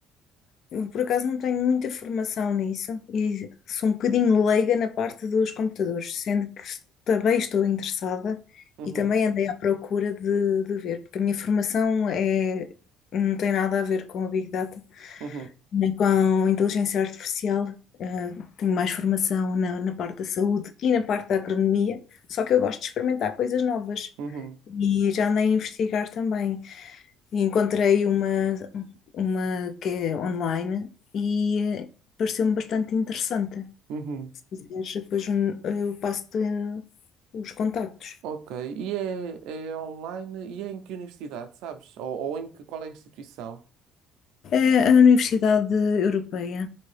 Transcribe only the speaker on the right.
Uhum,
uhum,
uhum,
uhum.
Ok. E é, é online? E é em que universidade, sabes? Ou, ou em que, qual é a instituição?